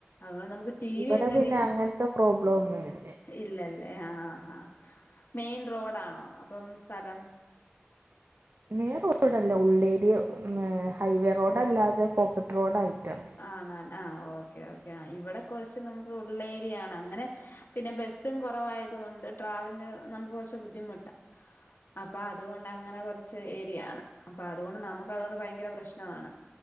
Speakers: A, on the left; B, on the right.
A: അതുകെ നമുക്ക് ടി
B: ഇവിടെ
A: വി ഒക്കെ
B: പിന്നെ
A: റീച്ച്
B: അങ്ങനത്തെ പ്രോബ്ലം ഒന്നുമില്ല
A: ഇല്ലല്ലേ അഹ് മെയിൻ റോഡാണോ അപ്പം സ്ഥലം
B: മെയിൻ റോഡോടല്ല ഉള്ളേരി ഉം ഹൈവേ റോഡ് അല്ലാതെ പോക്കറ്റ് റോഡായിട്ടാണ്
A: ആണാൻ ആഹ് ഓക്കെ ഓക്കെ ആഹ് ഇവിടെ കുറച്ച് നമുക്ക് ഉള്ളേരിയയാണ് അങ്ങനെ പിന്നെ ബസ്സും കുറവായത കൊണ്ട് ട്രാവലിന് നമുക്ക് കുറച്ച് ബുദ്ധിമുട്ടാ അപ്പൊ അതുകൊണ്ട് അങ്ങനെ കൊറ ച്ച് ഏരിയാണ് അപ്പോൾ അതുകൊണ്ട് നമുക്ക്തുകൊണ്ട് ഭയങ്കര പ്രശ്നമാണ്